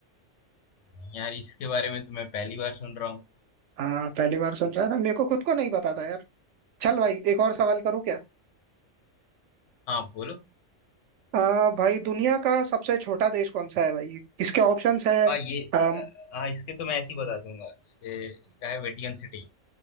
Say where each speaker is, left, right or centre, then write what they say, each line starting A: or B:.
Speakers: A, on the left; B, on the right.
A: नहीं यार इसके बारे में तो मैं पहली बार सुन रहा हूँ
B: हाँ पहली बार सुन रहा है ना मेरे को खुद को नहीं पता था यार चल भाई एक और सवाल करूँ क्या
A: हाँ बोलो
B: आ, भाई दुनिया का सबसे छोटा देश कौन सा है भाई इसके ऑप्शंस है
A: हाँ ये अ,
B: अम,
A: हाँ इसके तो मैं ऐसे ही बता दूंगा इसके इसका है वेटिकन सिटी